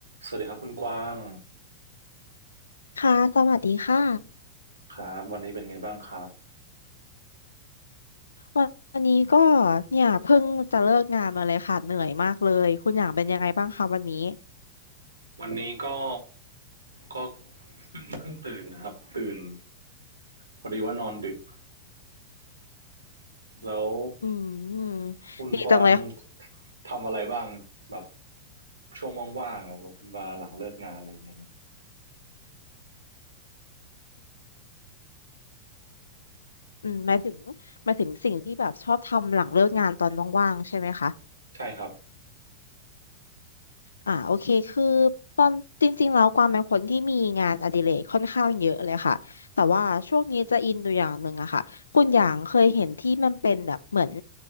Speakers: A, on the right (about 85°); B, on the left (about 75°).
A: สวัสดีครับคุณกว้าง
B: ค่ะ สวัสดีค่ะ
A: ครับวันนี้เป็นไงบ้างครับ
B: วันวันนี้ก็เนี่ยเพิ่งจะเลิกงานมาเลยค่ะเหนื่อยมากเลยคุณอย่างเป็นยังไงบ้างคะวันนี้
A: วันนี้ก็ก็เพิ่งเพิ่งตื่นนะครับตื่นพอดีว่านอนดึกแล้ว
B: อืมดีจังเลย
A: คุณกว้างทำอะไรบ้างแบบช่วงว่างๆแบบมาหลังเลิกงานอะไรอย่างเงี้ยครับ
B: อืมหมายถึงหมายถึงสิ่งที่แบบชอบทำหลังเลิกงานตอนว่างๆใช่ไหมคะ
A: ใช่ครับ
B: อ่าโอเคคือตอนจริงๆแล้วกวางเป็นคนที่มีงานอดิเรกค่อนข้างเยอะเลยค่ะแต่ว่าช่วงนี้จะอินอยูอย่างหนึ่งอะค่ะคุณอย่างเคยเห็นที่มันเป็นแบบเหมือน